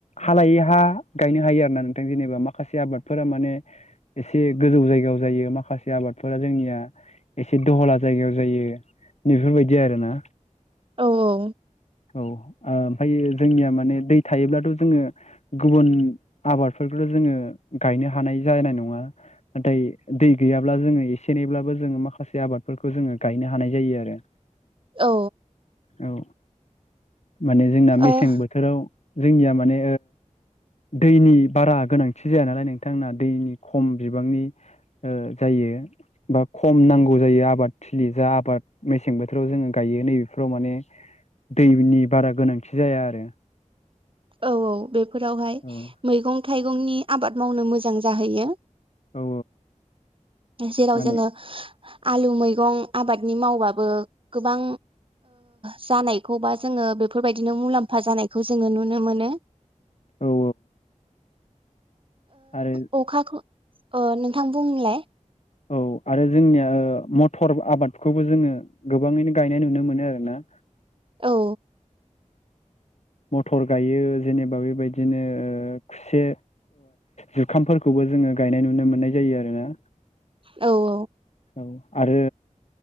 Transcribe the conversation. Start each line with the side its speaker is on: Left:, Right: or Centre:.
Left: हालायै हा गायनो हायो आर ना नोंथां जेनेबा माखासे आबादफोरा माने एसे गोजौ जायगायाव जायो माखासे आबाद फोरा जोंनिया एसे दहला जायगायाव जायो नैफोरबायदि आरोना।
Right: औ औ।
Left: औ ओमफ्रायो जोंनिया माने दै थायोब्लाथ' जोंङो गुबुन आबादफोरखौल' जोंङो गायनो हानाय जानाय नंङा नाथाय दै गैयाब्ला जोंङो एसे एनैब्लाबो जोंङो माखासे आबादफोरखौ जोङो गायनो हानाय जायो आरो
Right: औ
Left: औ माने जोंना मेसें
Right: ओ औ
Left: बोथोराव जोंनिया माने दैनि बारा गोनांथि जाया नालाय नोंथां दैनि खम बिबांनि जायो बा खम नांगौ जायो आबाद थिलि जा आबाद मेसें बोथोराव जोंङो गायो नैबेफोराव माने दैनि बारा गोनांथि जाया आरो
Right: औ औ बेफोरावहाय
Left: औ
Right: मैगं थाइगंनि आबाद मावनो मोजां जाहैयो
Left: औ
Right: जेराव
Left: माने
Right: जोंङो आलु मैगं आबादनि मावबाबो गोबां जानायखौ बा जोंङो बेफोरबायदिनो मुलाम्फा जानायखौ जोंङो नुनो मोनो
Left: औ आरो
Right: ओ अखाखौ अ नोंथां बुंलाय
Left: औ आरो जोंनिया मटर आबादखौबो जोंङो गोबाङैनो गायनाय नुनो मोनो आरोना
Right: औ
Left: मथर गायो जेनेबा बेबायदिनो खुसे जुखामफोरखौबो जोंङो गायनाय नुनो मोननाय जायो आरो ना
Right: औ
Left: औ आरो